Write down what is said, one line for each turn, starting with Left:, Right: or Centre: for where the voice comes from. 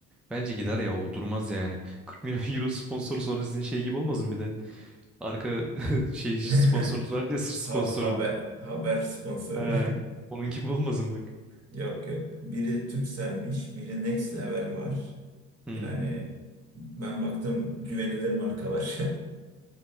Centre: Bence gider ya o durmaz yani. <laughs> 40 milyon euro sponsor sonra sizin şey gibi olmasın bir de. Arka <laughs> şey sponsorunuz
Right: <laughs>
Centre: var diye sırt sponsoru.
Right: Ha- Haber haber sponsoru.
Centre: He.
Right: <laughs>
Centre: Onun gibi olmasın bak.
Right: Yok yok. Biri Turkcell'miş, biri Next Level var.
Centre: Hmm.
Right: Yani ben baktım güvenilir markalar.